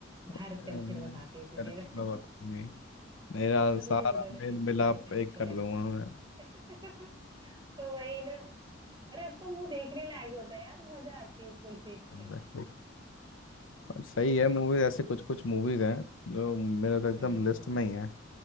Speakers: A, on the right (about 20°); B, on the left (about 85°).
A: घर
B: हम्म,
A: चल फिर बताती हूँ तुझे
B: अरे
A: मैं।
B: मैं बताऊंगी
A: <laughs>
B: मेरा
A: अब
B: सारा
A: मुझे वो दोनों
B: मेल
A: रियल
B: मिलाप
A: लाइफ में
B: एक
A: अच्छे
B: कर
A: लगते
B: दूंगा मैं
A: हैं। <laughs> तो वही ना अरे उसका मुंह देखने लायक होता है यार मजा आती है उसको देख
B: Exactly.
A: के
B: और सही है मूवीज ऐसे कुछ कुछ मूवीज हैं जो मेरे तो एकदम
A: हम्म
B: लिस्ट में ही है